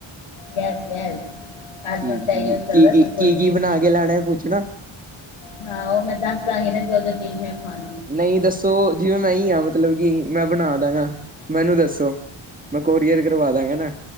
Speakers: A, on the left; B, on the right.
A: ਯੈਸ, ਯੈਸ। ਅੱਜ
B: ਠੀਕ
A: ਕੱਲ ਤਾਂ
B: ਜੀ,
A: ਇਹੀਓ ਚੱਲਦਾ
B: ਕੀ-ਕੀ,
A: ਸਭ ਕੁਛ
B: ਕੀ-ਕੀ ਬਣਾ ਕੇ ਲਾਣਾ ਪੁਛਣਾ?
A: ਹਾਂ, ਓ ਮੈਂ ਦੱਸ ਦਾਂ ਗੀ ਨਾ ਜੋ-ਜੋੋ ਚੀਜ਼ ਮੈਂ ਖਾਂਣੀ
B: ਨਈ ਦੱਸੋ, ਜਿਵੇਂ ਮੈਂ ਈ ਆ ਮਤਲਬ ਕਿ ਮੈਂ ਬਣਾ ਦਾਗਾ। ਮੈਨੂੰ ਦੱਸੋ, ਮੈਂ ਕੋਰੀਅਰ ਕਰਵਾ ਦਵਾਗਾ ਨਾ।